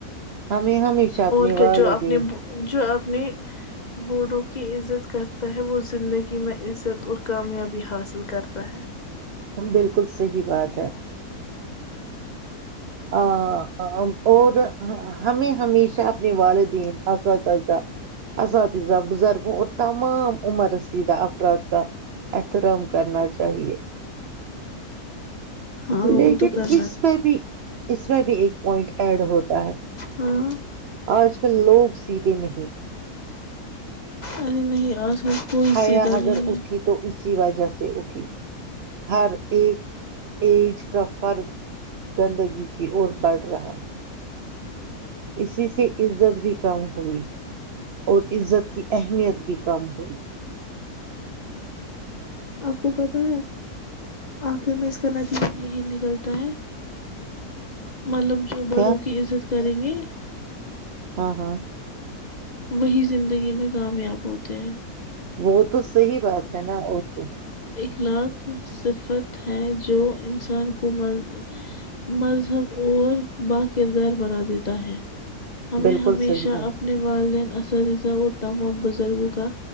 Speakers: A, on the right; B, on the left.
A: ہمیں ہمیشہ اپنے
B: اور
A: والدین
B: کیا جونے جو اپنے بوڈوں کی عزت کرتا ہے وہ زندگی میں عزت اور کامیابی حاصل کرتا ہے
A: بالکل صحیح بات ہے ہ اور ہمیں ہمیشہ اپنے والدین اساتذہ اساتذہ بزرگوں اور تمام عمر رسیدہ افراد کا احترام کرنا چاہیے
B: ہاں
A: لیکن
B: وہ تو کرنا
A: اس میں بھی اس میں بھی ایک پوائنٹ ایڈ ہوتا ہے
B: ہاں
A: آج کل لوگ سیدھے نہیں ہیں
B: ارے نہیں آج ہ کوئی
A: حیا
B: سیدھا
A: اگر
B: نہیں
A: اٹھی
B: ہے
A: تو وجہ سے اٹھی ہر ایک ایج کا فرد گندگی کی اور بڑھ رہا ہے اسی سے عزت بھی کم ہوئی اور عزت کی اہمیت بھی کم ہوئی
B: آپ کو پتا ہے آخر میں اس کا نتی میں یہی نکلتا ہے مطلب جو بڑوں
A: کیا
B: کی عزت کریں گے
A: ہاں ہاں
B: وہی زندگی میں کامیاب ہوتے ہیں
A: وہ تو صحی بات ہے نا ا کیا
B: خلاف صفت ہے جو انسان کو مذہب اور با کردار بنا دیتا ہے ہمیں
A: بالکل
B: ہمیشہ
A: صحیح بات
B: اپنے والدین اساتذہ اور تمام بزرگوں کا